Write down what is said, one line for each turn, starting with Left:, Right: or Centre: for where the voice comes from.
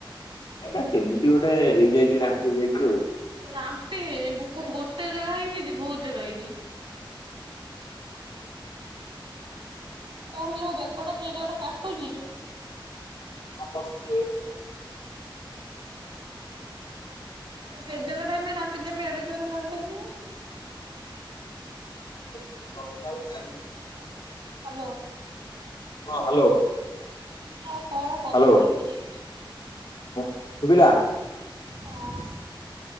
Left: ଏଟା କେମିତି ଗୋଟେ ହେଇଯାଇଛି ରାମ୍ଫି ହେଇଛି ଆଉ।
Right: ରାମ୍ଫି ହେଉନି କଣ ଗୋଟେ ଜାଗା ହେଇଛି କି ବହୁତ ଜାଗା ହେଇଛି। କଣ ହେଲେ ମୋ ବେକଟା ସେ ଜାଗାଟା କାଟୁଛି।
Left: <inaudible>
Right: ହେ ଜାଗାଟା ଏମିତି ରାମ୍ଫି ଦେବି ଏଡେ ଜୋରରେ ଜାଣି ପାରିବିନି ମୁଁ।
Left: <inaudible>
Right: ହ୍ୟାଲୋ।
Left: ହଁ ହ୍ୟାଲୋ।
Right: ହଁ କଣ କଥା
Left: ହ୍ୟାଲୋ।
Right: ଶୁଭୁଛି?
Left: ଶୁଭିଲା।
Right: ହଁ